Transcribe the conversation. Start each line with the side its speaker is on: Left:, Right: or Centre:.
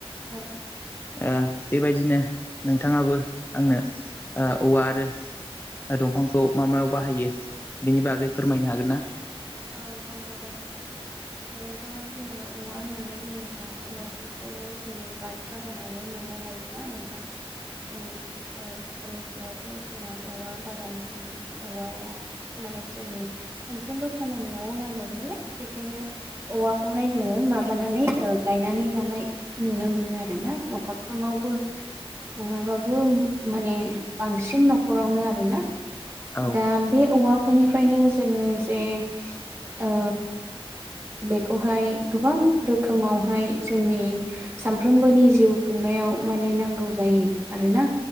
Right: औ।
Left: ओ बेबायदिनो नोंथांङाबो आंनो औवा आरो ओ दंफांखौ मा मायाव बाहायो बिनि बागै फोरमायनो हागोन ना?
Right: औ ओनथां हागोन। ओरैनोथ' जोंङो औवा होननानै बुंङोबा औवाखौथ' जोंनि बारि बागानावनो मोननो हायोना नोंथां माने औ। गामिफ्रावथ' जोंना औवा बागालि बिदि औवाया माने जोंनि मोनफ्रोमबो खामानियाव नांगौ नालाय बेखायनो औवाखौहाय जोंङो माबानानै ओ गायनानै लाना नाय नुनो मोनो आरोना नखरफ्रावबो नंङाबाबो माने बांसिन न'खरावनो आरोना।
Left: औ
Right: दा बे औवाफोरनिफ्रायनो जोंङो जे ओ बेखौहाय गोबां रोखोमावहाय जोंनि सानफ्रोमबोनि जिउ खुंनाय याव माने नांगौ जायो आरोना।